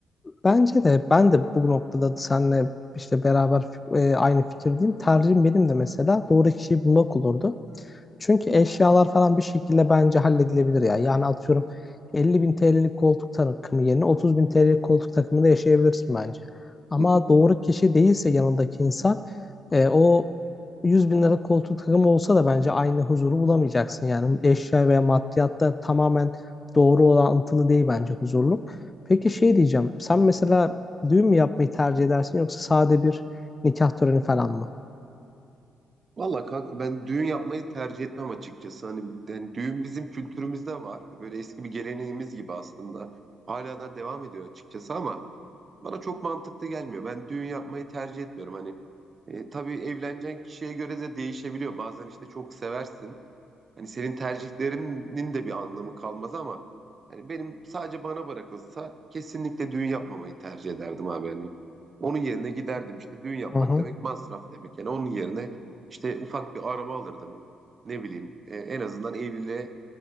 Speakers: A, on the left (about 25°); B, on the right (about 40°).
A: Bence de ben de bu noktada seninle işte beraber e, aynı fikirdeyim. Tercihim benim de mesela doğru kişiyi bulmak olurdu. Çünkü eşyalar falan bir şekilde bence halledilebilir ya. Yani atıyorum 50 bin TL'lik koltuk takımı yerine 30 bin TL'lik koltuk takımında yaşayabilirsin bence. Ama
B: <laughs>
A: doğru kişi değilse yanındaki insan e, o 100 bin liralık koltuk takımı olsa da bence aynı huzuru bulamayacaksın. Yani eşya veya maddiyatta tamamen doğru orantılı değil bence huzurluk. Peki şey diyeceğim. Sen mesela düğün mü yapmayı tercih edersin yoksa sade bir nikah töreni falan mı?
B: Valla kanka ben düğün yapmayı tercih etmem açıkçası. Hani yani düğün bizim kültürümüzde var. Böyle eski bir geleneğimiz gibi aslında. Hala da devam ediyor açıkçası ama bana çok mantıklı gelmiyor. Ben düğün yapmayı tercih etmiyorum. Hani e, tabii evleneceğin kişiye göre de değişebiliyor. Bazen işte çok seversin. Hani senin tercihlerinin de bir anlamı kalmaz ama hani benim sadece bana bırakılsa kesinlikle düğün yapmamayı tercih ederdim abi yani Onun yerine giderdim işte düğün yapmak
A: Hı hı.
B: demek masraf demek. Yani onun yerine işte ufak bir araba alırdım. Ne bileyim e, en azından evliliğe